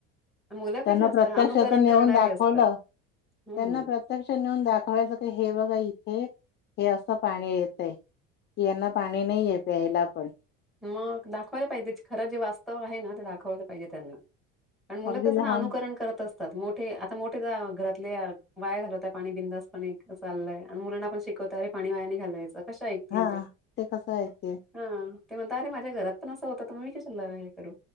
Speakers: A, in the centre; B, on the left.
A: मुलं
B: त्यांना
A: कशी असतात
B: प्रत्यक्षात
A: अनुकरण
B: नेऊन
A: करणारे
B: दाखवलं
A: असतात हम्म.
B: त्यांना प्रत्यक्ष नेऊन दाखवायचं क हे बघा इचछ हे हे असं पाणी येत आहे की यांना पाणी नाहीय प्यायला पण
A: मग दाखवयला पाहिजे खरं जे वास्तव आहे ना ते दाखवलं पाहिजे त्यांना कारण मुलं
B: अगदी
A: कस
B: लहान
A: ना अनुकरण करत असत ठे आता मोठे घरातले वाया घाल होत पाणी बिंद पण चालय आणि मुलांना आपण शिक वते पाणी वायाने घालवायच कशा ऐकतील
B: हा
A: ते
B: कसं आहे ते
A: हा ते म्हणता अे माझ्या घर पण असं होतं मी कशाला हे करू